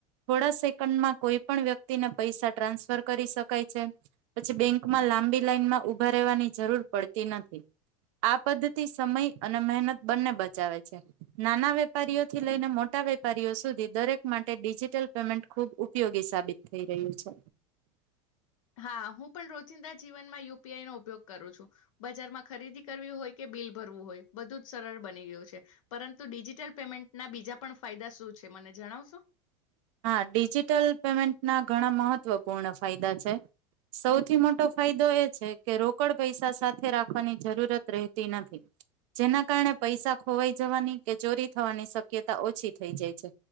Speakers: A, on the right; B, on the left.
A: થોડા સેકન્ડમાં કોઈ પણ વ્યક્તિને પૈસા ટ્રાન્સફર કરી શકાય છે પછી બેંકમાં લાંબી લાઈનમાં ઊભા રહેવાની જરૂર પડતી નથી આ પદ્ધતિ સમય અને મહેનત બંને બચાવે છે નાના વેપારીઓથી લઈને મોટા વેપારીઓ સુધી દરેક માટે ડિજિટલ પેમેન્ટ ખૂબ ઉપયોગી સાબિત થઈ રહ્યું છે.
B: હા હું પણ રોજિંદા જીવનમાં યુપીઆઈ નો ઉપયોગ કરું છું બજારમાં ખરીદી કરવી હોય કે બિલ ભરવું હોય બધું જ સરળ બની ગયું છે પરંતુ ડિજિટલ પેમેન્ટના બીજા પણ ફાયદા શું છે મને જણાવશો
A: હા ડિજિટલ પેમેન્ટના ઘણા મહત્વપૂર્ણ ફાયદા છે સૌથી મોટો ફાયદો એ છે કે રોકડ પૈસા સાથે રાખવાની જરૂરત રહેતી નથી જેના કારણે પૈસા ખોવાઈ જવાની કે ચોરી થવાની શક્યતા ઓછી થઈ જાય છે